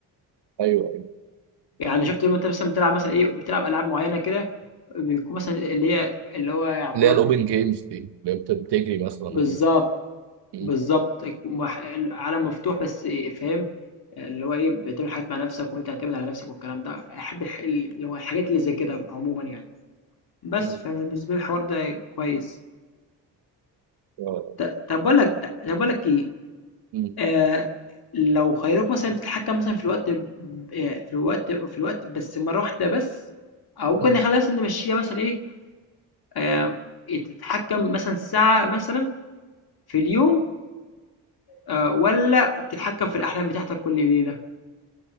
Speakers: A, on the right; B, on the left.
A: ايوه ايوه
B: يعني شُفت لمّا أنت مثلًا بتلعب مثلًا إيه، بتلعب ألعاب معيّنة كده بيكون مثلًا اللي هي اللي هو يعتبر
A: اللي هي الاوبن جيمز دي اللي هي بت- بتجري مثلا
B: بالضبط،
A: كده مم.
B: بالضبط يك مح ال عالم مفتوح بس إيه، فاهم، اللي هو إيه، بتعمل حاجات مع نَفْسك وبتعتمد على نَفْسك والكلام ده، أحب الح اللي هو الحاجات اللي زي كده عمومًا يعني، بس
A: مم.
B: فبالنسبة لي الحوار ده كويس.
A: آه.
B: ط طَب باقول لك ط طَب باقول لك إيه،
A: مم.
B: آآ لو خيّروك مثلًا تتحكّم مثلًا في الوقت ب آه، في الوقت في الوقت بس مرّة واحدة بس أو ممكن
A: مم.
B: نخلّيها مثلًا نمشّيها مثلًا إيه، آه، إيه، تتحكم مثلا ساعة مثلا في اليوم آه، ولا تتحكم في الأحلام بتاعتك كل ليلة